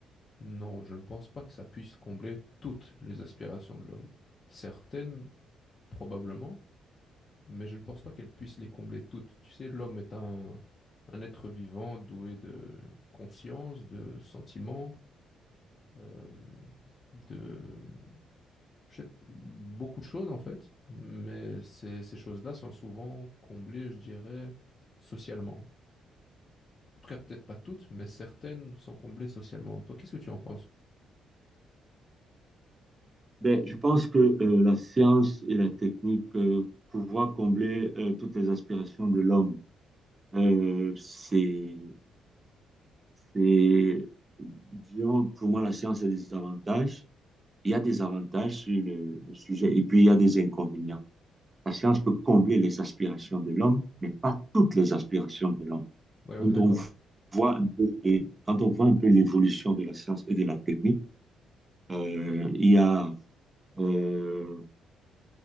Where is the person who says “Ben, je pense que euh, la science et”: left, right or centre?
Right